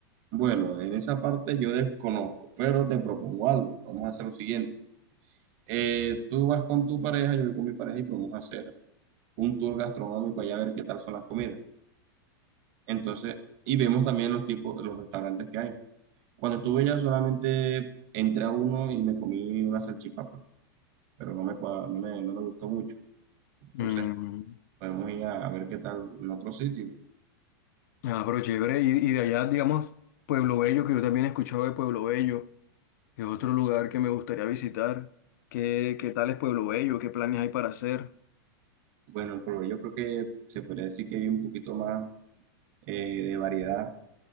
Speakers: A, on the right; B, on the left.
A: Bueno, en esa parte yo desconozco, pero te propongo algo. Vamos a hacer lo siguiente. Eh, tú vas con tu pareja, yo voy con mi pareja y podemos hacer un tour gastronómico allá a ver qué tal son las comidas. Entonces, y vemos también los tipos, los restaurantes que hay. Cuando estuve ya solamente entré a uno y me comí una salchipapa, pero no me, cua- no me, no me gustó mucho. Entonces,
B: Mm,
A: podemos ir a, a ver qué tal en otro sitio.
B: ah, pero chévere, y, y de allá, digamos, Pueblo Bello, que yo también he escuchado de Pueblo Bello, que es otro lugar que me gustaría visitar. ¿Qué, qué tal es Pueblo Bello? ¿Qué planes hay para hacer?
A: Bueno, en Pueblo creo que se podría decir que hay un poquito más eh, de variedad,